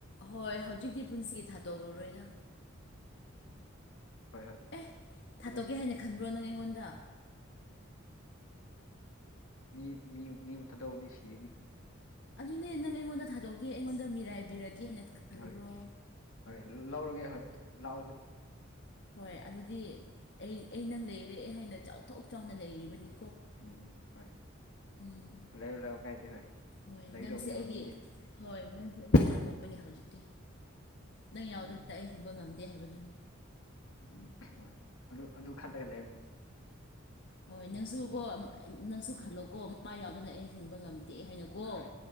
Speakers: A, on the left (about 60°); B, on the left (about 80°).
A: ꯍꯣꯏ ꯍꯧꯖꯤꯛꯇꯤ ꯄꯨꯟꯁꯤꯒꯤ ꯊꯥꯗꯣꯛꯔꯔꯣꯏꯗ
B: ꯍꯣꯏ ꯍꯣꯏ
A: ꯑꯦꯍ
B: ꯆꯨꯝꯃꯦ
A: ꯊꯥꯗꯣꯛꯀꯦ
B: ꯆꯨꯝꯃꯦ
A: ꯍꯥꯏꯅ ꯈꯟꯕ꯭ꯔꯣ ꯅꯪ ꯑꯩꯉꯣꯟꯗ
B: ꯃꯤ ꯃꯤ ꯃꯤꯕꯨ ꯊꯥꯗꯣꯛꯔꯗꯤ ꯁꯤꯅꯤ
A: ꯑꯗꯨꯅꯦ ꯅꯪ ꯑꯩꯉꯣꯟꯗ ꯊꯥꯗꯣꯛꯀꯦ ꯑꯩꯉꯣꯟꯗ ꯃꯤꯔꯥꯏꯕꯤꯔꯛꯀꯦ ꯍꯥꯏꯅ ꯈꯟꯕ꯭ꯔꯣ
B: ꯍꯣꯏ ꯍꯣꯏ ꯂꯧꯔꯒꯦ ꯍꯣꯏ ꯂꯧꯂꯣ
A: ꯍꯣꯏ ꯑꯗꯨꯗꯤ ꯑꯩ ꯑꯩ ꯅꯪ ꯂꯩꯔꯦ ꯍꯥꯏꯅ ꯆꯥꯎꯊꯣꯛ ꯆꯥꯎꯅ ꯂꯩꯔꯤꯕꯅꯤ
B: ꯎꯝ ꯎꯝ ꯍꯣꯏ
A: ꯎꯝ
B: ꯂꯩꯌꯣ ꯂꯩꯌꯣ ꯀꯥꯏꯗꯦ ꯍꯣꯏ
A: ꯍꯣꯏ
B: ꯂꯩꯗꯧꯕꯅꯦ
A: ꯅꯪꯁꯦ ꯑꯩꯒꯤ
B: ꯃꯃꯤꯡꯗꯤ
A: ꯍꯣꯏ ꯅꯪꯖꯦ ꯑꯩꯒꯤ ꯊꯝꯃꯣꯏꯅꯦ ꯍꯧꯖꯤꯛꯇꯤ ꯅꯪ
B: ꯎꯝ
A: ꯌꯥꯎꯗꯅ ꯑꯩ ꯍꯤꯡꯕ ꯉꯝꯗꯦ ꯍꯥꯏꯕꯗꯨꯅꯤ
B: ꯎꯝ ꯑꯍꯣꯏ ꯑꯗꯨ ꯑꯗꯨ ꯈꯜꯂꯒ
A: ꯍꯣꯏ ꯅꯪꯁꯨ ꯀꯣ ꯑ ꯅꯪꯁꯨ
B: ꯎꯝ
A: ꯈꯜꯂꯣꯀꯣ ꯃꯥ ꯌꯥꯎꯗꯅ ꯑꯩ ꯍꯤꯡꯕ ꯉꯝꯗꯦ ꯍꯥꯏꯅꯀꯣ
B: ꯍꯣꯏ